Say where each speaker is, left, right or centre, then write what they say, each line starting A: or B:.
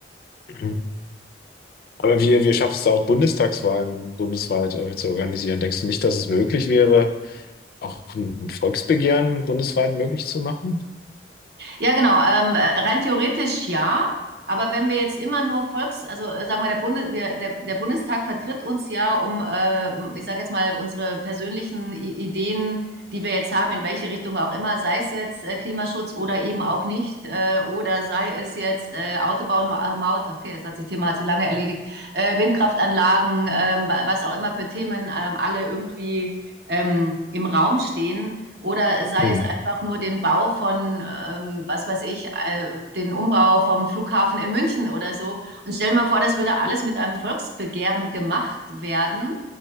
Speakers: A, on the left; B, on the right.
A: Mhm. Aber wir, wir schaffen es da auch, Bundestagswahlen bundesweit äh, zu organisieren. Denkst du nicht, dass es möglich wäre, auch ein ein Volksbegehren bundesweit möglich zu machen?
B: Ja, genau. Ähm, äh, rein theoretisch ja. Aber wenn wir jetzt immer nur Volks, also äh, sagen wir, der, Bunde, wir, der, der Bundestag vertritt uns ja um, äh, ich sage jetzt mal, unsere persönlichen I Ideen, die wir jetzt haben, in welche Richtung auch immer, sei es jetzt äh, Klimaschutz oder eben auch nicht, äh, oder sei es jetzt äh, Autobahn, Ma- äh, Maut, okay, das hat sich Thema hat sich lange erledigt, äh, Windkraftanlagen, ähm, wa- was auch immer für Themen ähm, alle irgendwie ähm, im Raum stehen oder sei
A: Mhm.
B: es einfach nur den Bau von, ähm, was weiß ich, äh, den Umbau vom Flughafen in München oder so. Und stell mir vor, das würde alles mit einem Volksbegehren gemacht werden.